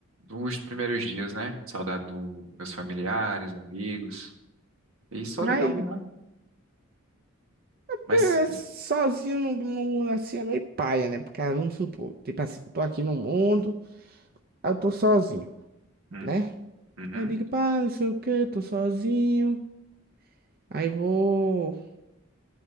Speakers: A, on the right; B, on the right.
A: Os primeiros dias, né? Saudade dos meus familiares, amigos e solidão,
B: Mas
A: né?
B: Porque
A: Mas.
B: sozinho não no assim é meio paia, né? Porque ah, vamos supor, tipo assim, eu tô aqui no mundo, aí eu tô sozinho,
A: hum,
B: né?
A: uhum,
B: Aí eu digo, pá, não sei o que, tô sozinho. Aí vou,